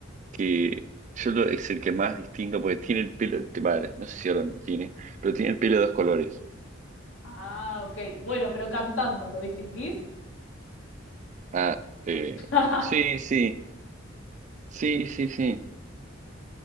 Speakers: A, on the right; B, on the left.
A: que yo lo- es el que más distingo porque tiene el pelo, te- vale, no sé si ahora lo tiene, pero tiene el pelo de dos colores.
B: Ah, ok. Bueno, pero cantando, ¿lo distinguís?
A: Ah, eh,
B: <laughs>
A: sí, sí, sí, sí, sí,